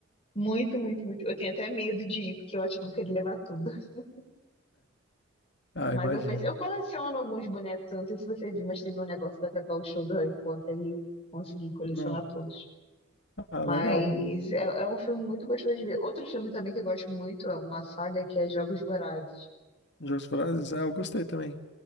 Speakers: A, on the left; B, on the left.
A: muito, muito, muito. Eu tenho até medo de ir, porque eu acho que eu vou querer levar tudo. <laughs>
B: Ah,
A: Mas
B: imagino.
A: eu penso, eu coleciono alguns bonecos, eu não sei se você viu, mas teve um negócio da Cacau Show do Harry Potter e eu consegui colecionar
B: Não.
A: todos.
B: Ah,
A: Mas
B: legal.
A: é, é um filme muito gostoso de ver. Outro filme também que eu gosto muito é uma saga que é Jogos Vorazes.
B: Jogos Vorazes, ah, eu gostei também.